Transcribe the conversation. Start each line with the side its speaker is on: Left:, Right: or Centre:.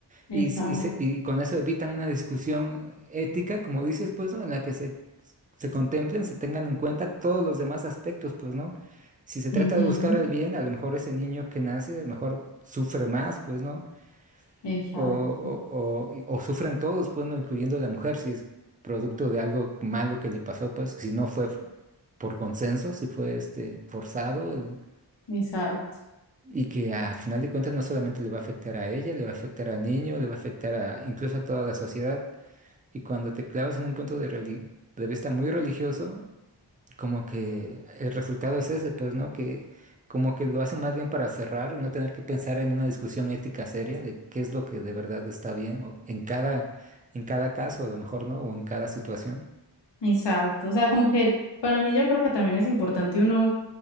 Left: Exacto.
Right: Y, s- y se- y con eso evitan una discusión ética, como dices, pues, ¿no? En la que se, se contemplen, se tengan en cuenta todos los demás aspectos, pues, ¿no? Si se trata
Left: Ujú,
Right: de buscar el bien, a lo mejor ese niño que nace, a lo mejor sufre más, pues, ¿no?
Left: Exacto,
Right: O, o- o- y- o sufren todos, pues, ¿no? Incluyendo la mujer, si es producto de algo malo que le pasó, pues, si no fue f- por consenso, si fue, este, forzado, el-
Left: exacto,
Right: y que al final de cuentas no solamente le va a afectar a ella, le va a afectar al niño, le va a afectar a, incluso a toda la sociedad. Y cuando te clavas en un punto de, reli- de vista muy religioso, como que el resultado es ese, pues, ¿no? Que como que lo hacen más bien para cerrar y no tener que pensar en una discusión ética seria de qué es lo que de verdad está bien o en cada, en cada caso, a lo mejor, ¿no? O en cada situación.
Left: exacto. O sea, como que para mí yo creo que también es importante uno, o